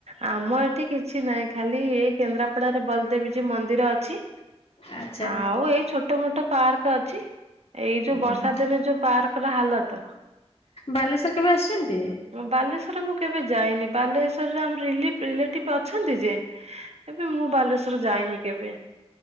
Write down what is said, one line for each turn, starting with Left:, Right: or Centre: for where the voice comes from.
Right: ଆମ ଏଠି କିଛି ନାହିଁ, ଖାଲି ଏଇ କେନ୍ଦ୍ରାପଡାରେ ବଲଦେବଜୀଉ ମନ୍ଦିର ଅଛି।
Left: ଆଚ୍ଛା
Right: ଆଉ ଏଇ ଛୋଟ ମୋଟ ପାର୍କ ଅଛି। ଏଇ ଯୋଉ
Left: ଉଁ
Right: ବର୍ଷା
Left: ହୁଁ।
Right: ଦିନେ ଯୋଉ ପାର୍କର ହାଲତ
Left: ବାଲେଶ୍ଵର କେବେ ଆସିଛନ୍ତି?
Right: ବାଲେଶ୍ଵର ମୁଁ କେବେ ଯାଇନି। ବାଲେଶ୍ୱରରେ ଆମର ରିଲିପ ରିଲେଟିଭ ଅଛନ୍ତି ଯେ ଏବେ ମୁଁ ବାଲେଶ୍ଵର ଯାଇନି କେବେ।